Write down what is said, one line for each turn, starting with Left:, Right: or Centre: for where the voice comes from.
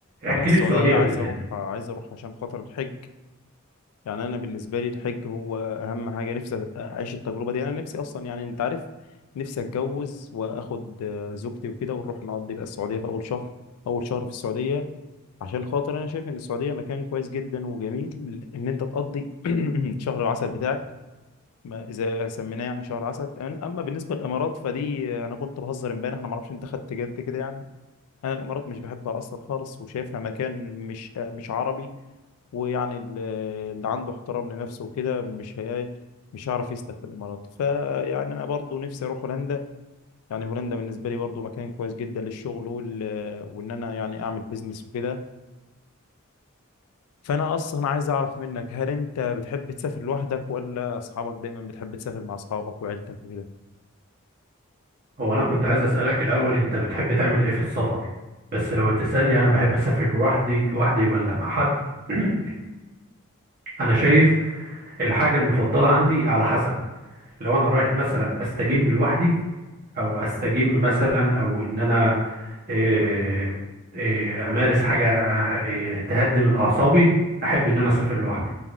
Left: انا
Right: احكي
Left: السعوديه
Right: لي السعودية
Left: عايز
Right: بالذات
Left: اروح عايز اروح عشان خاطر الحج يعني انا بالنسبه لي الحج هو اهم حاجه نفسي اعيش التجربه دي انا نفسي اصلا يعني انت عارف نفسي اتجوز واخد آه، زوجتي وكده ونروح نقضي بقى السعوديه في اول شهر اول شهر في السعوديه عشان خاطر انا شايف ان السعوديه مكان كويس جدا وجميل ان انت تقضي <clears throat> شهر العسل بتاعك ما اذا سميناه يعني شهر عسل اما بالنسبه للامارات فدي آه، انا كنت بهزر امبارح انا ما اعرفش انت خدت جد كده يعني انا الامارات مش بحبها اصلا خالص وشايفها مكان مش آه، مش عربي ويعني ال- اللي عنده احترام لنفسه وكده مش هي مش هيعرف يسلك في الامارات فيعني انا برضو نفسي اروح هولندا يعني هولندا بالنسبه لي برضو مكان كويس جدا للشغل وال... وان انا يعني اعمل بيزنس وكده فانا اصلا عايز اعرف منك هل انت بتحب تسافر لوحدك ولا اصحابك دايما بتحب تسافر مع اصحابك وعيلتك وكده
Right: هو انا كنت عايز اسألك الاول انت بتحب تعمل ايه في السفر بس لو هتسألني انا بحب اسافر لوحدي لوحدي ولا مع حد <clears throat> انا شايف الحاجة المفضلة عندي على حسب لو أنا رايح مثلا أستجم لوحدي أو أستجم مثلا أو إن أنا آه، آه، أمارس حاجة آه، آه، تهدي من أعصابي أحب إن أنا أسافر لوحدي